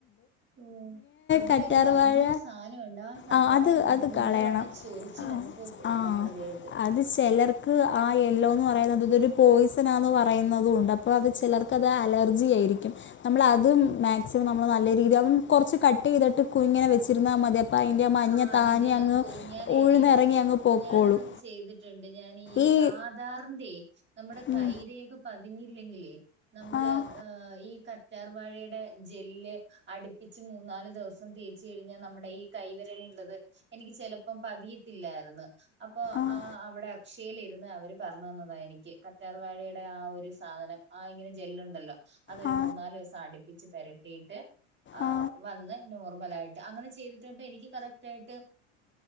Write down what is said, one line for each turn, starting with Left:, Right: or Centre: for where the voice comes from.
Right: ഓ അതിലൊരു
Left: കറ്റാർവാഴ
Right: മഞ്ഞ സാധനമുണ്ട് ആ സാധനം
Left: ആഹ് അത് അത്
Right: വീഴുവാണെ
Left: കളയണം
Right: ചോറിച്ചിൽ
Left: ആഹ്
Right: അനുഭവപ്പെടും
Left: ആഹ്
Right: നമ്മുടെ ദേഹത്ത്
Left: അത് ചെലർക്ക് ആ യെല്ലോ എന്ന് പറയുന്നത്തൊരു പോയിസൺാന്ന് പറയുന്നതും ഉണ്ട് അപ്പോ അത് ചിലർക്ക് അത് അലർജി ആയിരിക്കും നമ്മൾ അത് മാ മാക്സിമം നമ്മൾ നല്ല രീതി കുറച്ച് കട്ട് ചെയ്തിട്ട് കു ഇങ്ങനെ വച്ചിരുന്ന മതി അപ്പോ അയിന്റെ മഞ്ഞ
Right: ആഹ് അതിന്റെ
Left: താനെ
Right: തങ്ങ്
Left: അങ്ങ്
Right: പോവും ഞാനേ
Left: ഉഴുന്നെറങ്ങി
Right: എട്
Left: അങ്ങ് പൊക്കോളും
Right: ഞാനതൊകെ ചെയ്തിട്ടുണ്ട് ഞാനീ
Left: ഈ
Right: ആഹ്. ദാറിന്റെ നമ്മുടെ
Left: ഉം
Right: കൈരേഖ പതിഞ്ഞില്ലെങ്കിലെ നമ്മള്
Left: ആഹ്
Right: ഈ ക റ്റാർ വഴയുടെ ജെല്ല് അടുപ്പിച്ച് മൂന്നാല് ദിവസം തേച്ച് കഴിഞ്ഞ നമ്മുടെ ഈ കൈവെ ത് ഇള്ളത് എനിക്ക് ചെലപ്പം പതിയത്തില്ലായിരുന്നു അപ്പൊ
Left: ആഹ്
Right: ആ അവിടെ ക്ഷേലിരുന്ന് അവര് പർഞ്ഞന്നതാ എനിക്ക് കറ്റാർവാഴെടെ ആ ഒരു സാധനം ആ ഇങ്ങനെ ജെല്ല്ണ്ടല്ലോ. അതൊരു
Left: ആ
Right: മൂന്നാല് ദിവസം ആ ച്ച് പെരട്ടീട്ട് ആഹ്
Left: ആ
Right: വന്ന് നോർമലായിട്ട് അങ്ങനെ ചെയ്തിട്ടണ്ടനിക്ക്. കറക്റ്റ് ആയിട്ട്